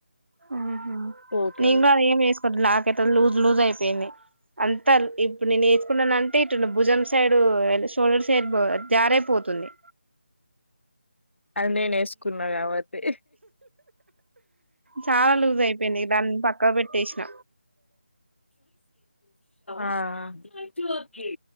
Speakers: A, on the right; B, on the left.
A: అహ
B: కోటు
A: నేను గాని ఏం వేసుకుట నా లూజ్ లూజ్ అయిపోయింది అంత ఇప్పుడు నేను ఎసుకున్నాను అట్ ఇట్ భుజం సైడ్ షోల్డర్ సైడ్ జారే పోతుంది
B: అది నేను ఎసుకున్నా కాబట్టి
A: చాలా లూజ్ అయిపోయినాయి దాన్ని పక్కా పెట్టేసిన
B: ఆ టై ట అకీ